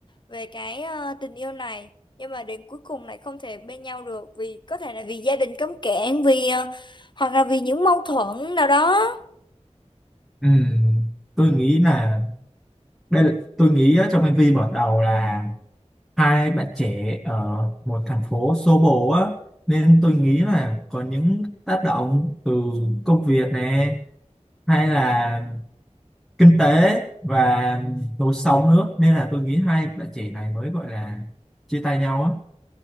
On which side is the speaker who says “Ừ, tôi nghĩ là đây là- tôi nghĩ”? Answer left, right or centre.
Centre